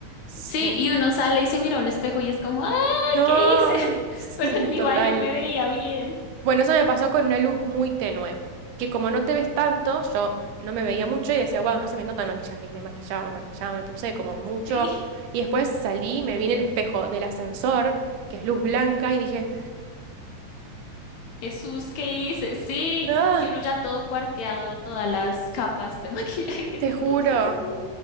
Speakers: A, on the right; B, on the left.
A: Sí.
B: sí, y uno sale y se mira a un espejo y es como, ah,
A: No,
B: ¿qué hice? <laughs>
A: <laughs> sí,
B: Pero en mi
A: total.
B: baño me veía bien.
A: Bueno, eso me pasó con una luz muy tenue, que como no te ves tanto, yo no me veía mucho y decía, wow, no se me nota el maquillaje. Y me maquillaba, me maquillaba, me puse como mucho.
B: Sí.
A: Y después salí, y me vi en el espejo del ascensor, que es luz blanca, y dije,
B: Jesús, ¿qué hice? Sí,
A: no,
B: y uno ya todo cuarteado de todas las capas de <laughs> maquillaje que
A: te
B: se
A: juro.
B: puso, y fue como,